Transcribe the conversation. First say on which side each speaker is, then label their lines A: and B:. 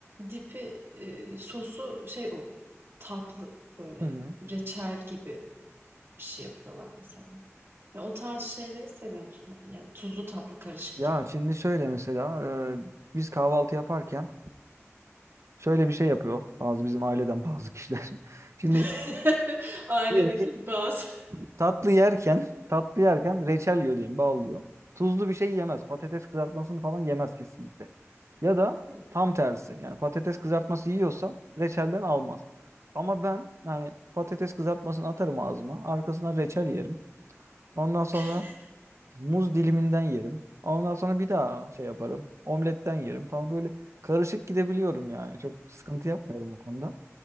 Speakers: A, on the right; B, on the right.
A: dipi e, sosu şey oluyor. Tatlı böyle
B: Hı hı.
A: reçel gibi bir şey yapıyorlar mesela. Yani o tarz şeyleri seviyor musun? Yani tuzlu tatlı karışık
B: Ya
A: gibi.
B: şimdi şöyle mesela e, biz kahvaltı yaparken şöyle bir şey yapıyor bazı bizim aileden bazı kişiler. <laughs> Şimdi
A: <laughs> Ailedeki
B: diyelim ki
A: bazı
B: Tatlı yerken, tatlı yerken reçel yiyor diyelim, bağlıyor. Tuzlu bir şey yemez. Patates kızartmasını falan yemez kesinlikle. Ya da
A: Hı.
B: tam tersi. Yani patates kızartması yiyorsa reçelden almaz. Ama ben yani patates kızartmasını atarım ağzıma. Arkasına reçel yerim. Ondan sonra
A: <laughs>
B: muz diliminden yerim. Ondan sonra bir daha şey yaparım. Omletten yerim falan böyle karışık gidebiliyorum yani. Çok sıkıntı yapmıyorum o konuda.